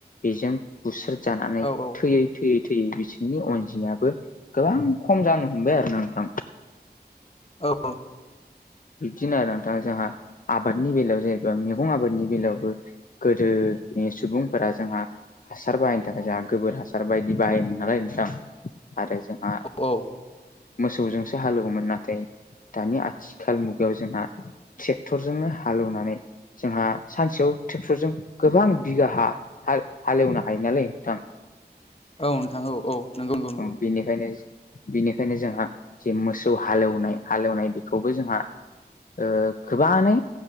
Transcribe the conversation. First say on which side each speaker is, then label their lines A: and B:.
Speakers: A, on the left; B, on the left.
A: बेजों बुस्रोजानानै
B: औ औ
A: थैययो थैयै थैयै बिसोरनि अनजिमायाबो गोबां खम जानो हमबाय आरो ना नोंथां
B: औ
A: बिदिनो आरो नोंथाङा जोंहा आबादनि बेलायाव जेनेबा मैगं आबादनि बेलायावबो गोदोनि सुबुंफोरा जोंहा हासार बाहायनो थाखाय जोंहा गोबोर हासार बायदि बाहायोमोन नालाय नोंथां आरो जों आ
B: औ
A: मोसौजोंसो हालेवगौमोन नाथाय दानि आथिखाल मुगायाव जोंहा ट्रेक्टरजोंनो हालौनानै जोंहा सानसेयाव ट्रेक्टरजों गोबां बिगा हा हालेवनो हायो नालाय नोंथां
B: <inaudible> औ नोंथां औ औ नंगौ नंगौ नंगौ
A: औ बेनिखायनो बिनिखायनो जोंहा जे मोसौ हालेवनाय हालेवनाय बेखौबो जोंहा ओ गोबाङानो